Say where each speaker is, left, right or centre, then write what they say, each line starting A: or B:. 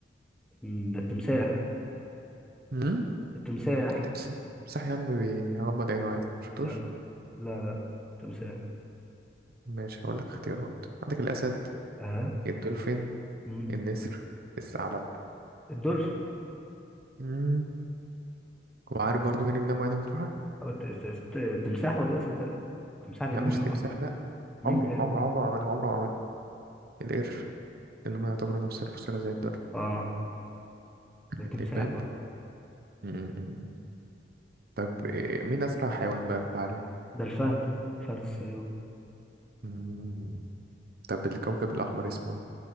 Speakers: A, in the centre; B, on the right (about 60°).
A: مم، ده التمساح
B: مم؟
A: التمساح
B: تمساح تمساح يا عم بيغمض عينه عادي مشفتوش؟
A: لا لا لا تمساح
B: ماشي هقول لك اختيارات عندك الأسد
A: أها
B: الدولفين
A: مم.
B: النسر الثعلب
A: الدولفين
B: مم. وعارف برضه مين اللي بينام وعينه مفتوحة؟
A: أو الت- الت- الت- التمساح والله صدقني التمساح بينام
B: يا عم مش
A: وينام
B: التمساح
A: أصلا
B: لا
A: مين
B: عمره
A: تاني؟
B: عمره عمره ما عملها عمره ما عملها القرش لأنهم يعتبروا نفس الفصيلة زي الدر
A: آه والتمساح
B: الدبان
A: برضه
B: مم. طب إيه، مين أسرع حيوان بقى في العالم؟
A: ده الفهد فهد الصياد
B: مم. طب الكوكب الأحمر اسمه